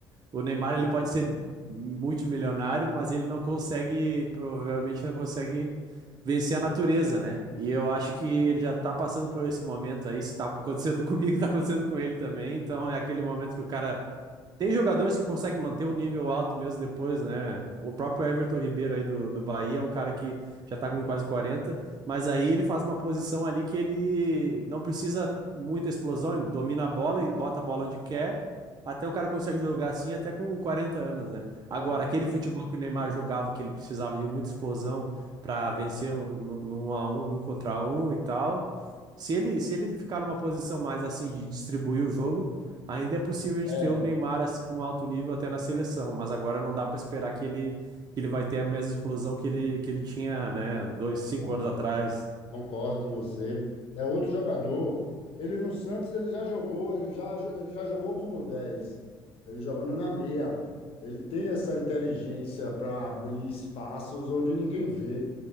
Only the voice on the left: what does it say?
É,
é,
ah.
Concordo com você. É outro jogador. Ele no Santos ele já jogou, ele já, ele já jogou como 10. Ele jogando na meia. Ele tem essa inteligência para abrir espaços onde ninguém vê.